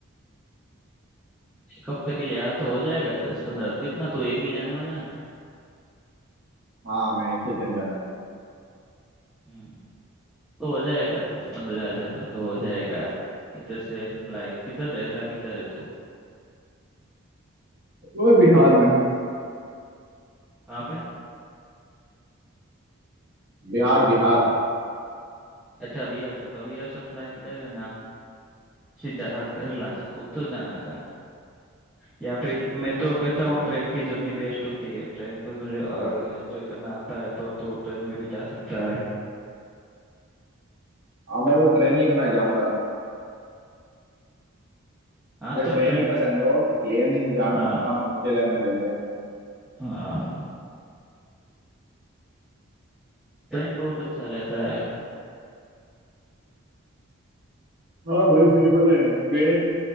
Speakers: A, in the centre; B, on the right (about 50°).
A: एक हफ्ते के लिए आया तो हो जाएगा दस पंद्रह कितना तो एक ही जाने वाला है ना
B: हाँ मैं एक ही दिन जाने वाला हूँ
A: हम्म तो हो जाएगा दस पंद्रह हजार में तो हो जाएगा इधर से फ्लाइट किधर रहता है किधर है तू
B: वो बिहार में
A: कहाँ पे
B: बिहार बिहार
A: अच्छा बिहार से तो बिहार से फ्लाइट ले लेना सीधा केरला से उतर जाने का या फिर मैं तो कहता
B: अच्छा
A: हूँ ट्रेन की जर्नी बेस्ट होती है ट्रेन पे तुझे एंजॉय करना आता है तो तू ट्रेन में भी जा सकता है
B: हाँ भाई वो ट्रेन ही तो मैं जाऊंगा
A: हाँ
B: मुझे
A: तो
B: ट्रेन
A: ट्रेन
B: ही पसंद
A: भी
B: है वो प्लेन में जाना
A: हाँ
B: थोड़ा मुश्किल है मेरे लिए
A: हाँ ट्रेन बहुत अच्छा रहता है
B: हाँ भाई सही बोला यार ट्रेन